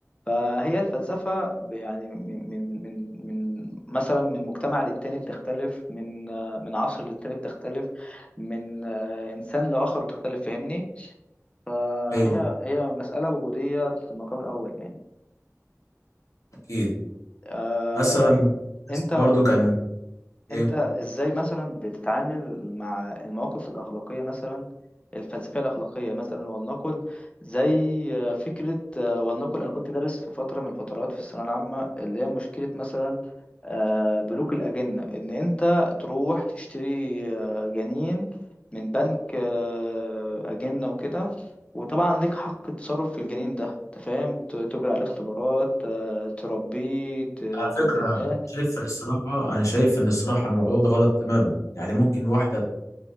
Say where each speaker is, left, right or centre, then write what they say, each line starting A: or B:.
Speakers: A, on the left (about 20°); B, on the left (about 75°).
A: فهي الفلسفة ب- يعني من من من من مثلا من مجتمع للتاني بتختلف من آه، من عصر للتاني بتختلف من آه، إنسان لآخر بتختلف فاهمني فهي
B: ايوه
A: هي مسألة وجودية في المقام الأول يعني
B: اكيد
A: آه،
B: مثلا
A: أنت
B: برضو كان إيه؟
A: انت ازاي مثلا بتتعامل مع المواقف الاخلاقيه مثلا الفلسفيه الاخلاقيه مثلا ولنقل زي فكره آه، ولنقل انا كنت دارس في فتره من الفترات في الثانويه العامه اللي هي مشكله مثلا آه، بنوك الاجنه ان انت تروح تشتري آه، جنين من بنك آه، اجنه وكده وطبعا ليك حق التصرف في الجنين ده انت فاهم ت- تجري عليه اختبارات آه، تربيه ت-
B: على
A: تتبناه
B: فكرة شايف إن الصراحة أنا شايف إن الصراحة الموضوع ده غلط تماما يعني ممكن واحدة